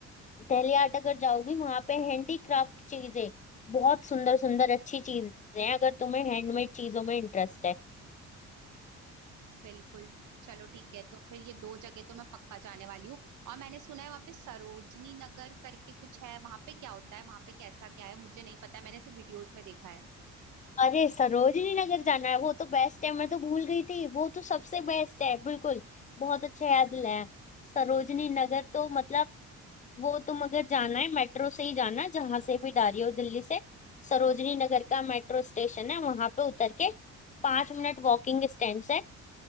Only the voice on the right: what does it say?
बिल्कुल चलो ठीक है तो फिर ये दो जगह तो मैं पक्का जाने वाली हूँ और मैंने सुना है वहाँ पे सरोजनी नगर करके कुछ है वहाँ पे क्या होता है वहाँ पे कैसा क्या है मुझे नहीं पता है मैंने तो वीडियोस में देखा है